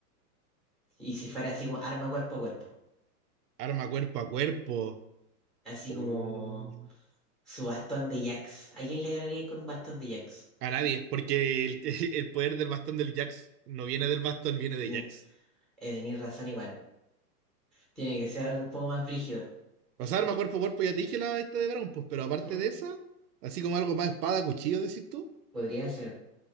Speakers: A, in the centre; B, on the right (about 80°).
A: y si fuera así como arma cuerpo a cuerpo.
B: Arma cuerpo a cuerpo.
A: Así
B: Uh,
A: como su bastón de Jax. ¿A quién le ganaría con un bastón de Jax?
B: A nadie, porque el, <laughs> el poder del bastón del Jax no viene del bastón, viene
A: Bien,
B: de Jax.
A: eh, tenéis razón igual. Tiene que ser algo un poco más brígido.
B: O sea, arma cuerpo a cuerpo, ya te dije la esta de Brown, pues, pero aparte
A: Ujú.
B: de esa, así como algo más espada, cuchillo, decís tú.
A: Podría ser.